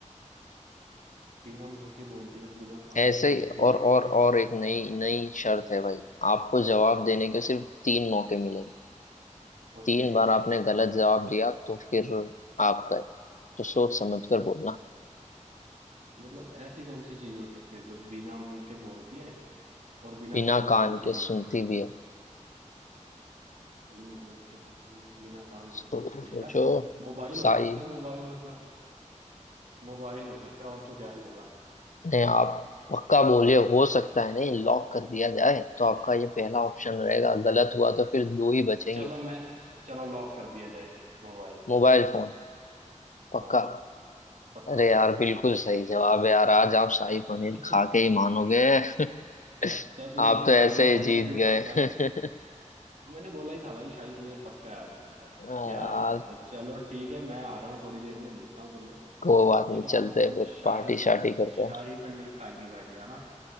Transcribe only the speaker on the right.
बिना मुंह के बोलती है और बिना कान
के सुनती
भी
है
ओके
मतलब ऐसी कौन सी चीज हो सकती है जो बिना मुंह के बोलती है और बिना
कान के
सुनती
भी
है
मतलब क्या हाँ, बिना कान के
सुनती भी
है यार मोबाइल हो
सकता है मोबाइल मतलब मोबाइल हो सकता है और तो क्या ही होगा
चलो मैं चलो लॉक कर दिया जाए मोबाइल
हाँ पक्का
<laughs>
तो फिर
देखा
भाई शाही
पनीर
पक्का है
तो मैंने बोला ही था भाई शाही पनीर पक्का है आज अपना यार
क्या
बात है चलो ठीक है मैं आ रहा हूँ थोड़ी देर में मिलता हूँ तुम्हें
फिर आज
हम
शाही
शाही
पनीर खाएंगे भाई है ना